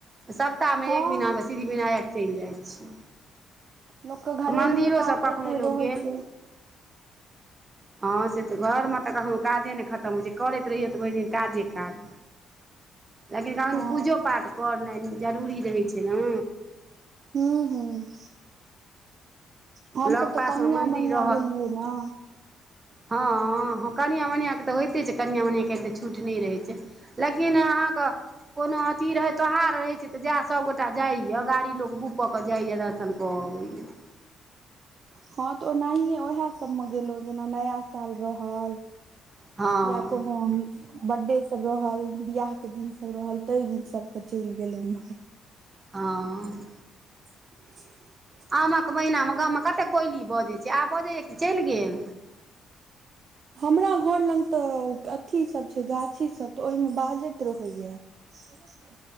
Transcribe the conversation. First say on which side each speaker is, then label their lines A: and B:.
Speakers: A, on the right; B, on the right.
A: सप्ताहमे
B: हँ
A: एक दिन अहाँ। सिद्धिवनायक चलि जाइत छै,
B: लोकके घरेलुए
A: मन्दिरो
B: काज
A: सभ कखनो
B: तते
A: लोक
B: रहै
A: गेल।
B: छै
A: हँ, से तऽ घरमे तऽ कखनो काजे नहि खतम होइ छै, करैत रहियौ तऽ भेर दिन काजे काज। लेकिन कहने
B: हँ
A: पूजो पाठ करनाइ जरूरी रहै छै ने।
B: हँ, हँ। हमसभ
A: लग पासमे
B: तऽ कनिआ
A: मन्दिर
B: मनिया भेलियै ने।
A: हँँ, कनआ मनिआँऽ तऽ होइते छै, कनिया मनिआ केऽ छूट नहि रहैत छै। लेकिन अहाँकेँ कोनो अथि रहै तोहार रहै छै। तऽ जएह सभगोटा जाइए गाड़ी लोक बुक कऽ जाइए दर्शन कऽ अबैया।
B: हँ, तऽ ओनाहिए उएह सभमे गेलहुँ जेना नया साल रहल।
A: हँ
B: या कोनो। बर्थडे सभ रहल बियाहके दिन सभ रहल तै दिन सभके चलि गेलहुँ उम्ह्रर।
A: आँ।
B: <inaudible>
A: आम कऽ महिनामे गामे कतेक कोइली बाजै छै, आब बजै छै, कि चलि गेल।
B: हमरा घर लग तऽ आती सभ छै, गाछी सभ त ओहिमे बाजैत रहैया। ह।